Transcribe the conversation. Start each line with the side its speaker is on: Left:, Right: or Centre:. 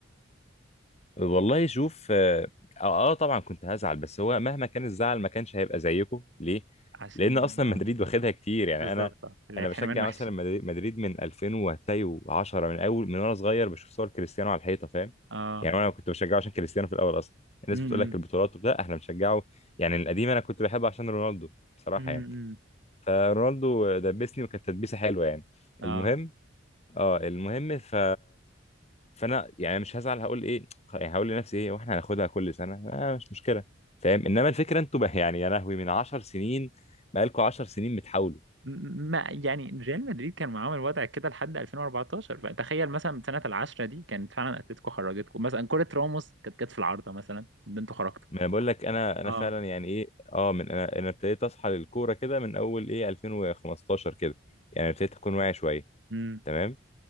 Left: والله شوف اه آه، آه، طبعا كنت هزعل بس هو مهما كان الزعل ما كانش هيبقى زيكم ليه؟
Right: عشان
Left: لأن أصلا
Right: اه
Left: مدريد واخدها كتير يعني
Right: بالظبط
Left: أنا
Right: اه العيال
Left: أنا بشجع
Right: حرمان وحش
Left: مثلا مدريد مدريد من 2000 وهتلاقي 10 من أول من وأنا صغير بشوف صور كريستيانو على الحيطة فاهم؟
Right: اه
Left: يعني أنا كنت بشجعه عشان كريستيانو في الأول أصلا الناس
Right: امم
Left: بتقول لك البطولات لا احنا بنشجعه يعني القديم أنا كنت بحبه عشان رونالدو بصراحة
Right: امم
Left: يعني فرونالدو دبسني وكانت تدبيسة حلوة يعني
Right: اه
Left: المهم اه المهم ف فانا يعني مش هزعل هقول ايه خ- يعني هقول لنفسي ايه واحنا هناخدها كل سنه آه مش مشكله فاهم انما الفكره انتوا بقى يعني يا لهوي من 10 سنين بقالكوا 10 سنين بتحاولوا
Right: م- ما يعني ريال مدريد كان معاهم الوضع كده لحد 2014 فتخيل مثلا سنه العشرة دي كانت فعلا اتلتيكو خرجتكم مثلا كره راموس كانت جت في العارضه مثلا ده انتوا خرجتوا
Left: ما انا بقول لك انا انا
Right: اه
Left: فعلا يعني ايه اه من انا انا ابتديت اصحى للكوره كده من اول ايه 2015 كده يعني ابتديت اكون واعي شويه
Right: امم
Left: تمام